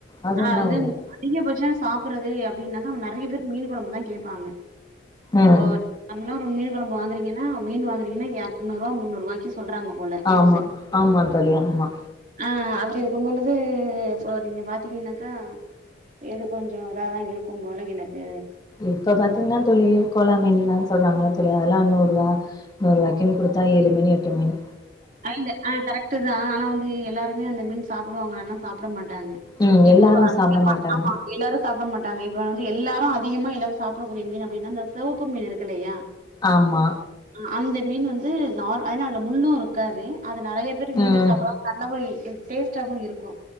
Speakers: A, on the left; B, on the right.
A: அது
B: ஆ
A: ஆனா
B: வந்து
A: உண்மதா
B: அதிகபட்சோ சாப்பற்றது அப்டின்னாக்கா நறைய பேர் மீன் கொழம்புதா கேப்பாங்க
A: ம்
B: இப்போ நார்மலா ஒரு மீன் கொழம்பு வாங்குறீங்கன்னா மீன் வாங்குறீங்கன்னா இரநூரூவா முன்னூரூவா சொல்றாங்க போல
A: ஆமா
B: இது செ
A: ஆமா தோழி ஆமா
B: ஆ அதுல இருக்கும்பொழுது இப்போ நீங்க பாத்தீங்கன்னாக்கா இது கொஞ்ஜோ இதாதா இருக்கும்போல எனக்கு
A: இப்ப பாத்தீங்கன்னா தோழி கோலா மீன்லா சொல்றாங்கள தோழி அதெல்லா நூருவா நூருவாய்கின் குடுத்தா எழுமீனு எட்டுமீனு
B: ஆ இல்ல ஆ கரெக்ட்டுதா ஆனா வந்து எல்லாருமே அந்த மீன் சாப்புடுவாங்களானா சாப்பட மாட்டாங்க
A: ம்
B: இப்போ
A: எல்லாரு
B: அதிகமா
A: சாப்ட மாட்டாங்க
B: ஆமா எல்லாரு சாப்பட மாட்டாங்க இப்ப வந்து எல்லாரு அதிகமா எல்லாரு சாப்படக்கூடிய மீன் அப்டின்னா இந்த செவப்பு மீன் இருக்குல்லையா
A: ஆமா
B: ஆ அந்த மீன் வந்து நார் எனா அதுல முள்ளு இருக்காது அது நறைய பேர் விரும்பி
A: ம்
B: சாப்பட கன்னகுளி டேஸ்ட்டாவு இருக்கு